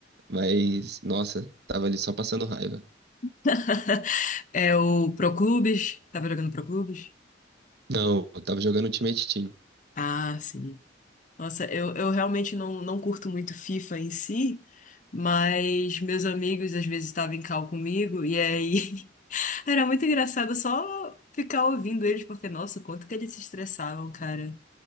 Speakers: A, on the right; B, on the left.
A: mas, nossa, tava ali só passando raiva.
B: <laughs> É o Proclubes? Tava jogando Proclubes?
A: Não, eu tava jogando Ultimate Team.
B: Ah, sim. Nossa, eu, eu realmente não, não curto muito FIFA em si, mas meus amigos às vezes estavam em call comigo e aí <laughs> era muito engraçado só ficar ouvindo eles, porque, nossa, quanto que eles se estressavam, cara.